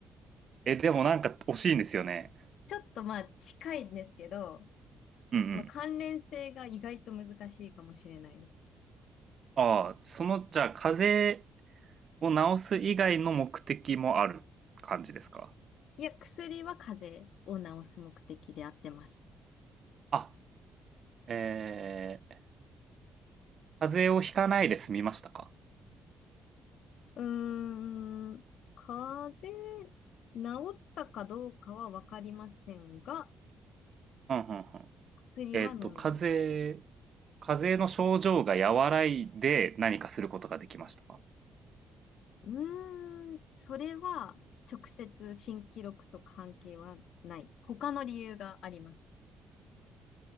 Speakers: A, on the right (about 50°); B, on the left (about 75°).
A: え、でもなんか惜しいんですよね。
B: ちょっとまあ、近いんですけど、
A: うんうん。
B: その関連性が意外と難しいかもしれないです。
A: ああ、その、じゃあ、風邪を治す以外の目的もある感じですか
B: いや、薬は風邪を治す目的であってます。
A: あ、えー、風邪をひかないで済みましたか
B: うーん、風邪、治ったかどうかはわかりませんが、
A: うんうんうん。
B: 薬は飲んでます。
A: えーっと、風邪、風邪の症状が和らいで何かすることができましたか
B: うーん、それは直接新記録と関係はないです。他の理由があります。